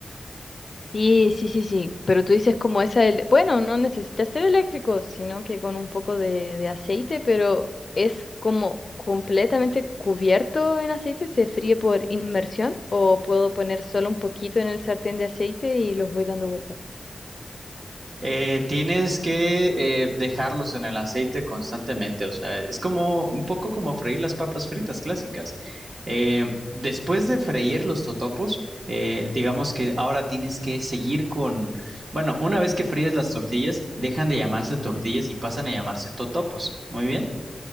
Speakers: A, on the left; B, on the right.
A: Sí, sí, sí, sí, pero tú dices como esa, ele- bueno, no necesitas ser eléctrico, sino que con un poco de, de aceite, pero es como completamente cubierto en aceite, se fríe por inmersión o puedo poner solo un poquito en el sartén de aceite y los voy dando vueltas.
B: Eh, tienes que eh, dejarlos en el aceite constantemente, o sea, es como un poco como freír las papas fritas clásicas. Eh, después de freír los totopos, eh, digamos que ahora tienes que seguir con, bueno, una vez que fríes las tortillas, dejan de llamarse tortillas y pasan a llamarse totopos. Muy bien.